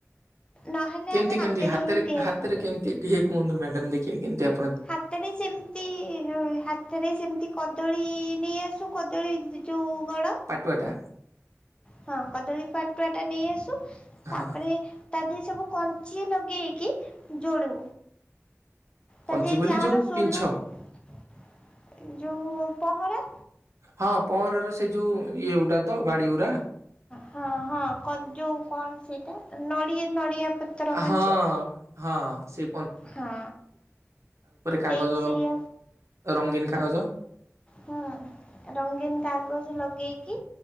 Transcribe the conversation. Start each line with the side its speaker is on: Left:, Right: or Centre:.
Left: ନହେଲେ
Right: କେମିତି
Left: ଆମେ
Right: କେମିତି ହାତରେ
Left: ହିଁ ତିଆରି
Right: ହାତରେ
Left: କରୁ।
Right: କେମିତି ଟିିଏ କୁଅନ୍ତୁ <unintelligible>
Left: ହାତରେ ସେମିତି ହାତରେ ସେମିତି କଦଳୀ ନେଇ ଆସି କଦଳୀ ଯୋଉ ଗଡ
Right: ପାଟୁଆଟା।
Left: ହଁ କଦଳୀ ପାଟୁଆ ଟା ନେଇ ଆସୁ। ତାପରେ
Right: ହଁ
Left: ତା ଦେହରେ ସବୁ କଞ୍ଚି ଲଗେଇକି ଯୋଡୁ। ତାଦିଅ
Right: କଞ୍ଚି
Left: ରେ
Right: ବୋଲି
Left: ଯାହାର
Right: ଯୋଉ
Left: ଶୋଲ।
Right: ପିଞ୍ଛ
Left: ଏ ଯୋଉ ପହଁରା।
Right: ହଁ ପଅଁଁରାର ସେ ଯଉ ଇଏ ଉଡ଼ା ତ ବାଡ଼ିଉଡ଼ା।
Left: ହଁ ହଁ କ ଯୋଉ କଣ ସେଇଟା? ନଡ଼ିଆ ନଡ଼ିଆ। ପତ୍ର କଞ୍ଚି
Right: ହଁ। ହଁ ସେ
Left: ହଁ
Right: କାଗଜ
Left: ସେଇ ସେଇଆ
Right: ରଙ୍ଗୀନ କାଗଜ
Left: ହୁଁ ରଙ୍ଗୀନ କାଗଜ ଲଗେଇ କି